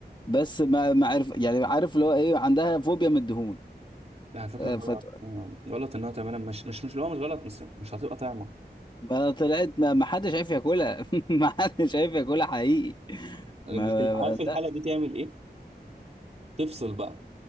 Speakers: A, on the left; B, on the right.
A: بس ما ما عارف يعني عارف اللي هو ايه عندها فوبيا من الدهون
B: لا على فكرة غلط
A: فت...
B: آه، غلط ان هو تعملها مش مش مش اللي هو مش غلط بس مش هتبقى طعمة
A: ما طلعت ما ما حدش عارف ياكلها <laughs> ما حدش عارف ياكلها حقيقي
B: اللي
A: ما,
B: في
A: ما...
B: الح- عارف
A: ما-
B: الحالة
A: لا
B: دي تعمل ايه؟ تفصل بقى